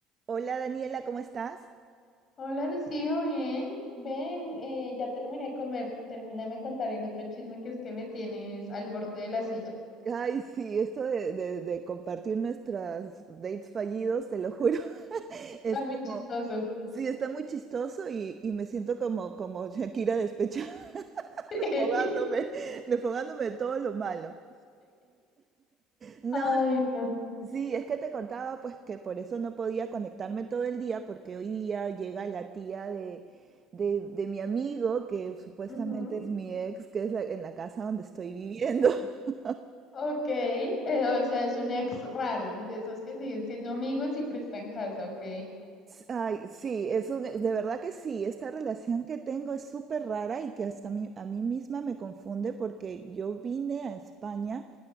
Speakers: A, on the right (about 30°); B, on the left (about 35°).
A: Hola Daniela, ¿cómo estás?
B: Hola, Rocío, bien. Ven, eh, ya terminé de comer. Termíname de contar el otro chisme que es que me tienes al borde de la silla.
A: Ay, sí, esto de, de- de compartir nuestras dates fallidos, te lo juro, <laughs> es
B: Está muy chistoso.
A: como, sí, está muy chistoso y, y me siento como, como Shakira despechada, <laughs>
B: <laughs>
A: desfogándome, desfogándome de todo lo malo. No,
B: Ay, no.
A: sí, es que te contaba pues que por eso no podía conectarme todo el día, porque hoy día llega la tía de, de, de mi amigo, que supuestamente
B: Ujú.
A: es mi ex, que es la- en la casa donde estoy viviendo. <laughs>
B: Ok, eh, o sea, es un ex raro, de esos que siguen siendo amigos y prestan casa, ¿ok?
A: Ay, sí, es un- de verdad que sí, esta relación que tengo es súper rara y que hasta a mí, a mí misma me confunde porque yo vine a España,